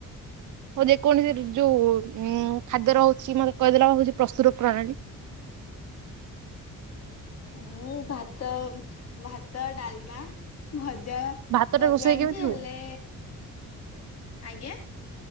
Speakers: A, on the right; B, on the left.
A: ହଉ ଯେକୌଣସି ଯୋଉ ଉ ଖାଦ୍ୟ ରହୁଛି ମତେ କହିଦେଲା ହଉଛି ପ୍ରସ୍ତୁର ପ୍ରଣାଳୀ
B: ମୁଁ ଭାତ ଭାତ ଡାଲମା ଭଜା ଯା
A: ଭାତଟା
B: କରିଜାଣିଛି
A: ରୋଷେଇ କେମିତି
B: ହେଲେ
A: ହୁଏ
B: ଆଜ୍ଞା